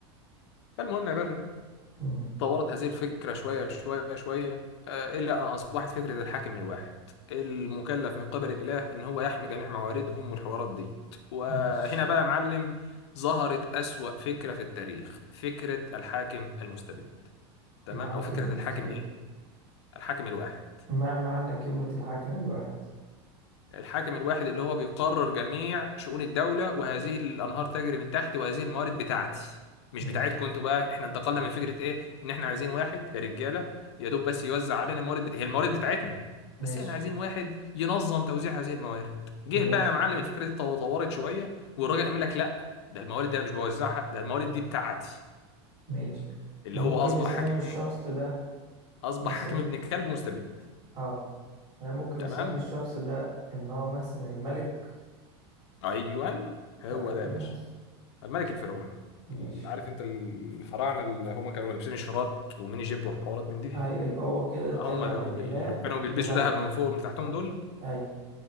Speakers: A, on the left; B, on the right.
A: فالمهم يا باشا
B: مم.
A: طورت هذه الفكره شويه شويه شويه آه، الى ان اصبحت فكره الحاكم الواحد المكلف من قبل الاله ان هو يحمي جميع مواردهم والحوارات دي وهنا
B: ماشي
A: بقى يا معلم ظهرت اسوأ فكره في التاريخ فكره الحاكم المستبد تمام
B: الحاكم
A: او فكره
B: المستبد
A: الحاكم ايه الحاكم الواحد
B: ما معنى كلمة الحاكم الواحد
A: الحاكم الواحد اللي هو بيقرر جميع شؤون الدوله وهذه الانهار تجري من تحت وهذه الموارد بتاعتي مش
B: ماشي
A: بتاعتكم انتوا بقى احنا انتقلنا من فكره ايه ان احنا عايزين واحد يا رجاله يا دوب بس يوزع علينا الموارد بت... هي الموارد بتاعتنا
B: ماشي
A: بس احنا عايزين واحد ينظم توزيع هذه الموارد جه
B: ماشي
A: بقى يا معلم الفكره دي طو- طورت شويه والراجل قال لك لا ده الموارد دي انا مش بوزعها ده الموارد دي بتاعتي
B: ماشي
A: اللي
B: احنا ممكن
A: هو اصبح
B: نسمي
A: حاكم
B: الشخص
A: ايه
B: ده
A: اصبح
B: نسمي
A: حاكم ابن كلب ومستبد
B: اه احنا ممكن
A: تمام
B: نسمي الشخص ده ان هو مثلا الملك
A: ايوان هو
B: صح كده
A: ده يا باشا الملك الفرعوني
B: ماشي
A: اللي عارف انت الفراعنه اللي هم كانوا لابسين الشراط وميني جيب وحوارات من دي
B: ايوه يبقى هو كده طلع
A: هم دول
B: من اله
A: اللي كانوا بيلبسوا
B: لملك
A: ذهب من فوق ومن تحتهم دول
B: ايوه